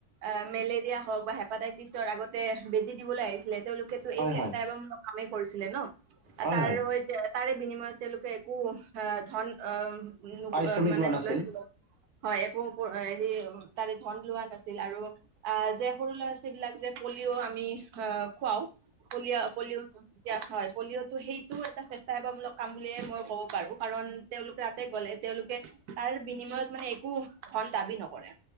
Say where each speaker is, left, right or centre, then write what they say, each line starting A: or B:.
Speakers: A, on the right; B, on the right.
A: অ', মেলেৰিয়া হওঁক বা হেপাটাইটিছৰ আগতে বেজি দিবলৈ আহিছিলে, তেওঁলোকে ত,
B: হয়
A: এই চেষ্টা
B: হয়
A: সেৱক, মূল কামেই কৰিছিলে ন',
B: হয়
A: তাৰ
B: হয়
A: হৈ তাৰে বিনিময়ত তেওঁলোকে ক, অ', ধন অ',
B: পাৰিশ্ৰমিক
A: মানে
B: লোৱা নাছিল
A: নলৈছিলে হয়, একো হেৰি তাৰে ধন লোৱা নাছিল আৰু আহ, যে, সৰু, ল'ৰা ছোৱালীবিলাক যে, পলিঅ, আমি আহ, খুৱও পলিঅ, পলিঅ এতিয়া হয়, পলিঅ'টো সেইটো এটা স্বেচ্ছাসেৱকমূলক কাম বুলিয়ে মই ক'ব পাৰোঁ কাৰণ তেওঁলোকে তাতে গ'লে তেওঁলোকে তাৰ বিনিময়ত মানে একো ধন দাবী নকৰে